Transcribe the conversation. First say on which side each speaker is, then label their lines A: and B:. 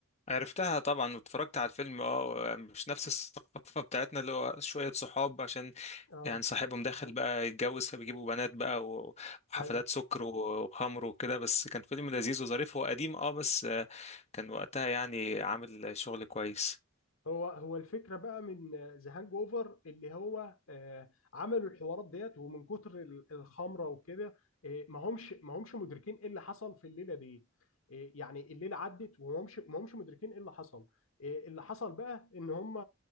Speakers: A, on the left; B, on the left.
A: عرفتها طبعا واتفرجت على الفيلم اه مش نفس الثقافه بتاعتنا اللي هو شويه صحاب عشان
B: أه
A: يعني صاحبهم داخل بقى يتجوز فبيجيبوا بنات بقى و- وحفلات
B: أيوه
A: سكر و- وخمر وكده بس كان فيلم لذيذ وظريف هو قديم اه بس آه، كان وقتها يعني عامل شغل كويس
B: هو هو الفكره بقى من ذا هانج اوفر اللي هو آه، عملوا الحوارات ديت ومن كتر ال- الخمره وكده آه، ما همش ما همش مدركين ايه اللي حصل في الليله دي آه، يعني الليله عدت وما همش ما همش مدركين ايه اللي حصل آه، اللي حصل بقى ان هم